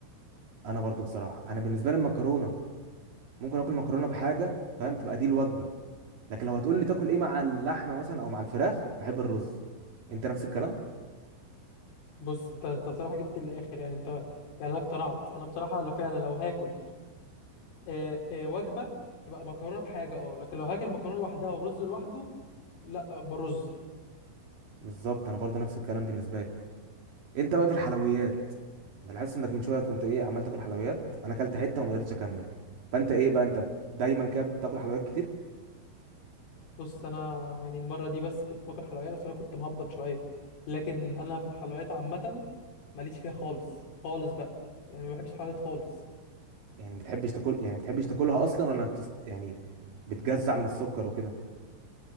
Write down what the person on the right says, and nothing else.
انا برضو بصراحه انا بالنسبه لي المكرونه ممكن اكل مكرونه بحاجه فاهم تبقى دي الوجبه لكن لو هتقول لي تاكل ايه مع اللحمه مثلا او مع الفراخ احب الرز انت نفس الكلام
بالظبط انا برضه نفس الكلام بالنسبه لي انت بقى في الحلويات انا لاحظت انك من شويه كنت ايه عمال تاكل حلويات انا اكلت حته وما قدرتش اكمل فانت ايه بقى انت دايما كده بتاكل حلويات كتير
يعني ما بتحبش تاكل يعني ما بتحبش تاكلها اصلا ولا بتست... يعني بتجزع من السكر وكده